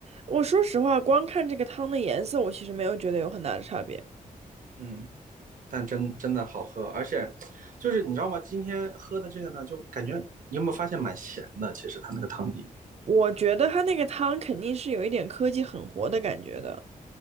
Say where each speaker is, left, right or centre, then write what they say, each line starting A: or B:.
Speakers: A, on the right (about 45°); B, on the right (about 65°).
A: 我说实话，光看这个汤的颜色，我其实没有觉得有很大的差别。
B: 嗯，但真真的好喝，而且就是你知道吗？今天喝的这个呢，就感觉你有没有发现蛮咸的？其实它那个汤底，
A: 我觉得它那个汤肯定是有一点科技狠活的感觉的，